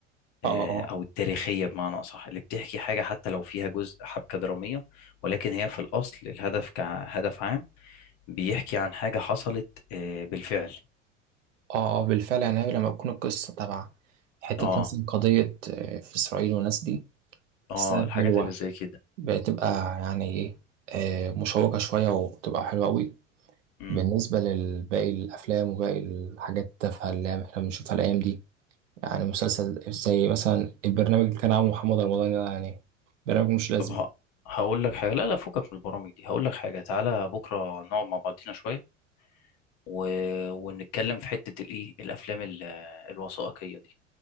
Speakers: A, on the right; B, on the left.
A: اه
B: آه،
A: اه
B: او التاريخية بمعنى اصح اللي بتحكي حاجة حتى لو فيها جزء حبكة درامية ولكن هي في الاصل الهدف كهدف عام بيحكي عن حاجة حصلت آه، بالفعل
A: اه آه، بالفعل يعني لما تكون القصه تبع حته
B: اه
A: مثلا قضيه آه، في اسرائيل والناس دي
B: اه
A: تستاهل
B: الحاجات
A: حلوه
B: اللي زي كده
A: بتبقى يعني ايه آه، مشوقه شويه وبتبقى حلوه قوي
B: مم.
A: بالنسبه لباقي الافلام وباقي الحاجات التافهه اللي احنا بنشوفها الايام دي يعني مسلسل زي مثلا البرنامج اللي كان عامله محمد رمضان ده يعني برنامج مش لازم
B: طب ه... هقول لك حاجة لا لا فكك من البرامج دي هقول لك حاجة تعالى بكرة نقعد مع بعضينا شوية و... ونتكلم في حتة الايه الافلام ال- الوثائقية دي